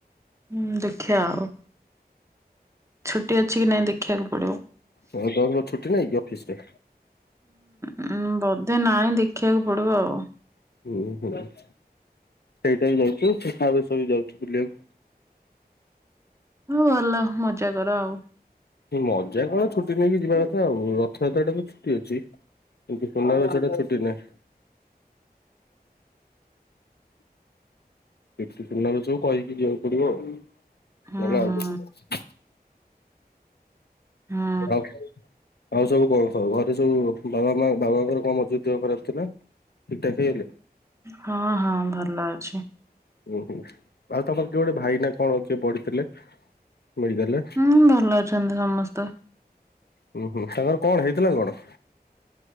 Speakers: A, on the right (about 15°); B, on the left (about 75°).
A: ହୁଁ ଦେଖିବା ଆଉ ଛୁଟି ଅଛି କି ନାଇଁ ଦେଖିବାକୁ ପଡିବ।
B: ହଁ କୋ ଦିନ ଛୁଟି ନାଇ କି ଅଫିସ ରେ?
A: ହୁଁ ବଧେ ନାହିଁ ଦେଖିବାକୁ ପଡିବ ଆଉ।
B: ଉ ହୁଁ ସେଇଟା ବି ଯାଉଚୁ, ସେଠା ଆବେଶ ବି ଯାଉଚୁ ବୁଲିବାକୁ।
A: ହଁ ଭଲ ମଜା କର ଆଉ।
B: ମଜା କଣ? ଛୁଟି ନେଇକି ଯିବା କଥା ଆଉ ରଥଯାତ୍ରା ଟା ତ ଛୁଟି ଅଛି। କିନ୍ତୁ ସୁନା ବେଶ ଟା ଛୁଟି ନାହିଁ। ଦେଖି ସୁନାବେସବୁ କହିକି ଯିବାକୁ ପଡିବ ନହେଲେ
A: ହୁଁ
B: ଆଉ
A: ହୁଁ
B: କିଛି ନାହିଁ।
A: ହୁଁ।
B: <unintelligible> ଆଉ ସବୁ କଣ ସବୁ ଘରେ ସବୁ ବାବା ମା ବାବାଙ୍କର କଣ ମଝିରେ ଦେହ ଖରାପ ଥିଲା? ଠିକ ଠାକ୍ ହେଇଗଲେ?
A: ହଁ ହଁ ଭଲ ଅଛି।
B: ଉ ହୁଁ। ଆଉ ତମର କିଏ ଗୋଟେ ଭାଇ ନା କଣ କିଏ ପଢିଥିଲେ ମେଡିକାଲରେ?
A: ହୁଁ ଭଲ ଅଛନ୍ତି ସମସ୍ତେ।
B: ହୁଁ ହୁଁ ତାଙ୍କର କଣ ହେଇଥିଲା କଣ?